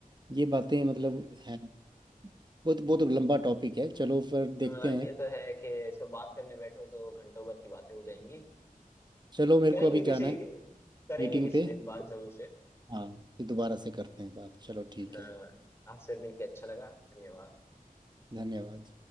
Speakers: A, on the right; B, on the left.
A: ये बातें मतलब हैं बहुत बहुत लंबा टॉपिक है चलो फिर
B: हाँ
A: देखते हैं
B: ये तो है कि इस पर बात करने बैठो तो घंटों भर की बातें हो जाएंगी
A: चलो मेरे
B: करेंगे
A: को अभी
B: किसी
A: जाना है
B: करेंगे
A: मीटिंग
B: किसी
A: पे
B: दिन बात जरूर से
A: हाँ फिर दोबारा से करते हैं बात चलो ठीक
B: हाँ,
A: है
B: आपसे मिलके अच्छा लगा धन्यवाद
A: धन्यवाद